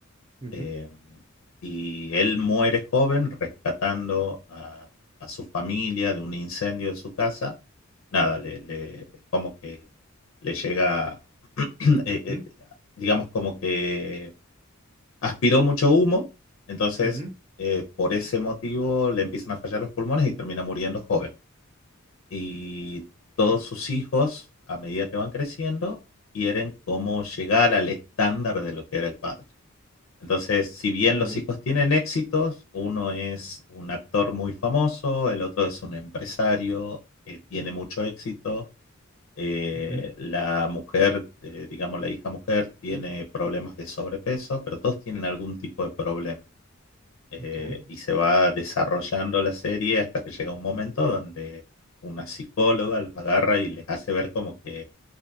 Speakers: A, on the right (about 25°); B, on the left (about 65°).
A: ujú,
B: eh, y él muere joven rescatando a, a, su familia de un incendio de su casa. Nada, le, le como que le llega, <clears throat> <coughs> eh,
A: ujú,
B: eh, digamos como que aspiró mucho humo, entonces
A: ujú,
B: eh, por ese motivo le empiezan a fallar los pulmones y termina muriendo joven. Y todos
A: ok,
B: sus hijos, a medida que van creciendo, quieren como llegar al estándar de lo que era el padre. Entonces, si bien
A: ok,
B: los hijos tienen éxitos, uno es un actor muy famoso, el otro es un empresario que tiene mucho éxito, eh,
A: ujú,
B: la mujer, eh, digamos la hija mujer, tiene problemas de sobrepeso, pero todos tienen algún tipo de problema. Eh,
A: ok,
B: y se va desarrollando la serie hasta que llega un momento donde una psicóloga los agarra y les hace ver como que